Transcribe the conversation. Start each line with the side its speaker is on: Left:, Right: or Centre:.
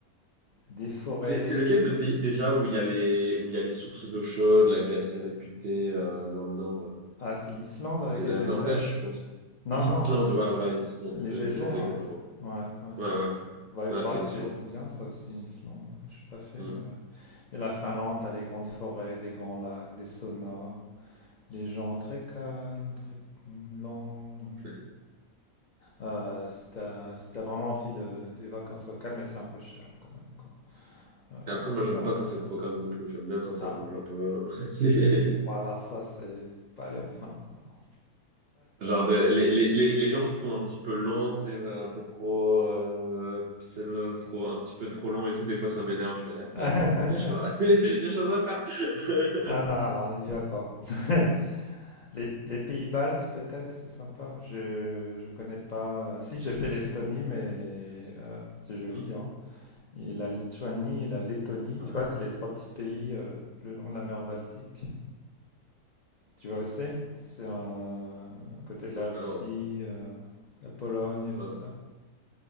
Left: des forêts.
Right: C'est c'est lequel de pays déjà où il y a les, où il y a les sources d'eau chaude, là, qui est assez réputée euh, dans le nord, là
Left: Ah, c'est l'Islande avec
Right: C'est
Left: les
Right: la
Left: geysers.
Right: Norvège, je pense.
Left: Non,
Right: L'Islande,
Left: non,
Right: ouais, voilà, l'Islande,
Left: les
Right: l'Islande,
Left: geysers.
Right: exactement.
Left: Ouais, ouais.
Right: Ouais, ouais.
Left: Bah, il
Right: Ouais,
Left: paraît
Right: c'est l'Islande.
Left: que c'est c'est bien ça aussi, l'Islande. Ouais, Je suis pas fait,
Right: Mm.
Left: mais ouais. Et la Finlande, t'as les grandes forêts, des grands lacs, des saunas, les gens très calmes, très lents.
Right: Tout à fait.
Left: Euh, si t'as si t'as vraiment envie de, des vacances au calme, mais c'est un peu cher quand même, quoi. Euh,
Right: Et Après,
Left: bah,
Right: moi,
Left: la
Right: j'aime
Left: Finlande,
Right: pas quand
Left: ça
Right: c'est
Left: va.
Right: trop calme non plus. J'aime bien quand ça
Left: Ah,
Right: bouge un peu. <laughs>
Left: ouais, alors ça, c'est pas aller en Finlande alors.
Right: Genre, de- les, les, les, les gens qui sont un petit peu lents, tu sais, un peu trop, euh, peace and love, trop, un petit peu trop lent et tout, des fois, ça m'énerve. Je fais,
Left: <laughs>
Right: ah, dépêche-toi, <laughs> j'ai des choses à faire.
Left: Ah non,
Right: <laughs>
Left: alors on est déjà pas. <laughs> Les, les pays baltes, peut-être, c'est sympa. Je je connais pas. euh, Si, j'ai fait l'Estonie, mais euh, c'est joli,
Right: Mm,
Left: hein. Et la Lituanie et la Lettonie, tu vois, c'est les trois petits pays euh, le long de la mer Baltique. Tu vois aussi? C'est euh, à côté
Right: À
Left: de
Right: peu
Left: la
Right: près,
Left: Russie,
Right: ouais.
Left: euh, la Pologne, tout
Right: Ouais.
Left: ça.